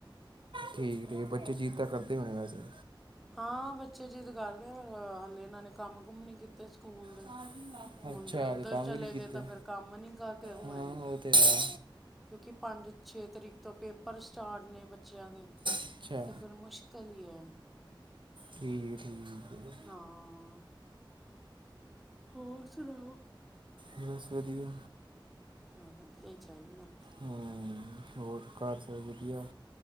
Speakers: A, on the right; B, in the centre.
A: ਠੀਕ ਠੀਕ ਬੱਚੇ ਜਿਦ ਤਾਂ ਕਰਦੇ ਹੋਣੇ ਵੈਸੇ
B: ਹਾਂ, ਬੱਚੇ ਜਿੱਦ ਕਰਦੇ ਆ, ਪਰ ਹਲੇ ਏਨਾਂ ਨੇ ਕੰਮ ਕੁਮ ਨੀ ਕੀਤੇ ਸਕੂਲ ਦੇ
A: ਚਾਰਜਿੰਗ ਲਾ ਕੇ
B: ਹੁਣ
A: ਅੱਛਾ
B: ਜੇ ਉੱਧਰ
A: ਅਜੇ ਕੰਮ
B: ਚਲੇ
A: ਵੀ ਨਹੀਂ ਕੀਤੇ
B: ਗਏ ਤਾਂ ਫੇਰ ਕੰਮ ਨੀ ਕਰਕੇ ਹੋਣੇ।
A: ਹਾਂ ਉਹ ਤੇ ਆ
B: ਕਿਉਂਕਿ ਪੰਜ ਛੇ ਤਰੀਕ ਤੋਂ ਪੇਪਰ ਸਟਾਰਟ ਨੇ ਬੱਚਿਆਂ ਦੇ
A: ਅੱਛਾ
B: ਤੇ ਫਿਰ ਮੁਸ਼ਕ ਕੱਲ ਈ ਐ।
A: ਠੀਕ ਐ, ਠੀਕ ਐ ਫੇਰ।
B: ਹਾਂ ਹੋਰ ਸੁਣਾਓ।
A: ਬਸ ਵਧੀਆ।
B: ਹ ਵਧੀਆ ਈ ਚਾਈਦਾ।
A: ਹੂੰ ਹੋਰ ਘਰ ਸਭ ਵਧੀਆ।